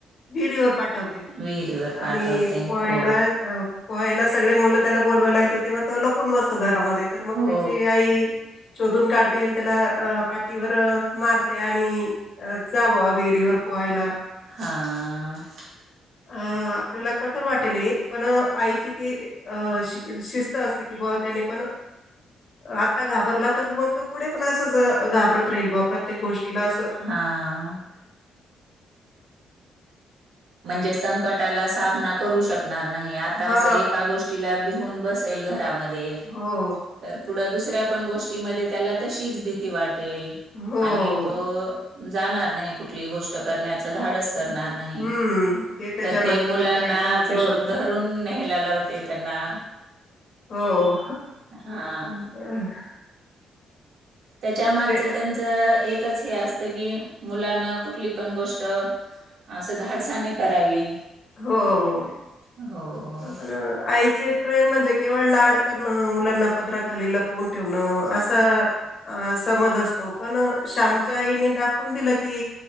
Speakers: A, on the left; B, on the right.
A: विहिरीवर पाठवते,
B: विहिरीवर
A: आणि
B: पाठवते.
A: पोहायला
B: हो,
A: अ पोहायला सगळे मुलं त्याला बोलवायला येतो, तेव्हा तो लपून बसतो घरामध्ये तर मग
B: हो.
A: त्याची आई शोधून काढते अन त्याला अ पाठीवर मारते आणि जावा विहिरीवर पो पोयला.
B: हा.
A: अ आपल्याला कठोर वाटेल हे, पण अ आईची ती अ शि शिस्त अस ती की बवा त्यानी पण, आता घाबरला तर मग तो पुढे पण असच घाबर त राहील बा प्रत्येक गोष्टीला अस
B: हां. म्हणजे संकटाला सामना करू शकणार नाही आता
A: हा
B: असं एका गोष्टीला भिऊन बसेल घरामध्ये,
A: हो
B: तर पुढं दुसऱ्या पण गोष्टीमध्ये त्याला तशीच भीती वाटेल
A: हो हो
B: आणि तो जाणार नाही कुठली गोष्ट करण्याचं धाडस करणार नाही.
A: हम्म त्याच्या
B: तर
A: मागची
B: ते मुलांनाच
A: त्याच्या आईचा उद्देश होता.
B: धरून न्ह्यायला लावते त्यांना.
A: हो.
B: हा.
A: म्हणजे
B: त्याच्या मागचं
A: असं
B: त्यांचं एकच हे असतं की मुलानं कुठली पण गोष ट असं धाडसाने करावी.
A: हो हो,
B: हो हो.
A: पण आईचे प्रेम म्हणजे केवळ लाड करणं, मुलांना पदराखाली लपवून ठेवणं, असा समज अस तो पण अ श्यामच्या आईने दाखवून दिलं की